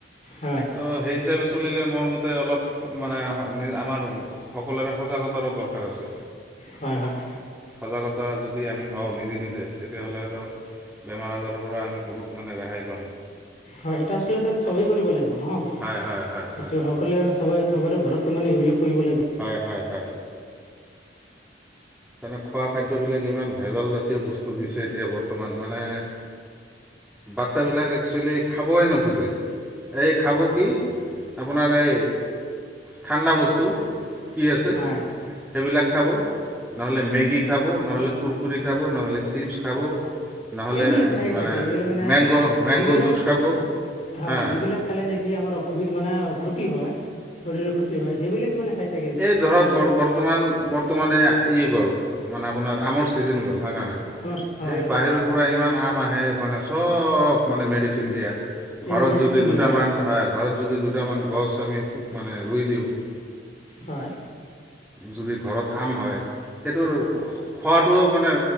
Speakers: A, on the left; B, in the centre.
A: হয়
B: ত সেই হিচাপে চলিলে মোৰ মতে অলপ মানে আমাৰ সকলোৰে সজাগতাৰো দৰকাৰ আছে
A: হয় হয়
B: সজাগতা যদি আমি হওঁ নিজে নিজে তেতিয়া হ'লেতো বেমাৰ আজাৰৰ পৰা আমি বহুত মানে ৰেহাই পাম
A: হয় এইটো আচলতেন চবেই কৰিব লাগিব অ
B: হয় হয় হয়
A: সেটো
B: হয়
A: সকলোৱে চবে চবৰে ঘৰত তাৰ মানে এইবিলাক কৰিব লাগে
B: হয় হয় তামানে খোৱা খাদ্যবিলাক ইমান ভেজালজাতীয় বস্তু দিছে এতিয়া বৰ্তমান মানে বাচ্ছাবিলাক একচুৱেলি খাবই নোখোজে এই খাব কি আপোনাৰ এই ঠাণ্ডা বস্তু কি আছে
A: হয়
B: সেইবিলাক খাব নহ'লে মেগী খাব নহ'লে কুৰকুৰৰি খাব নহ'লে চিপছ খাব নহ'লে
A: এইবিলাক খায়ে
B: মানে
A: থাকে এইবিলাক মানে
B: মেংগ' মেংগ'
A: যিবিলাক
B: জুচ খাব
A: হয়
B: হা
A: যিবিলাক খালে নেকি আমাৰ অসুবিধা মানে ক্ষতি হয় শৰীৰ ক্ষতি হয় সেইবিলাকেই মানে খাই থাকে
B: এই ধৰকৰ বৰ্তমান বৰ্তমানে ইয়ে গ'ল মানে আপোনাৰ আমৰ চিজন গ'ল হয় ন নাই
A: আমাৰ হয়
B: এই বাহিৰৰ পৰা ইমান আম আহে মানে চব মানে মেডিচিন দিয়া
A: এইবোৰ
B: ঘৰত
A: মেডিচিন
B: যদি
A: দি
B: দুটাামান হয় ঘৰত যদি দুটামান আমি মানে ৰুই দিওঁ
A: হয়
B: যদি ঘৰত আম হয় সেইটোৰ খোৱাটোও মানে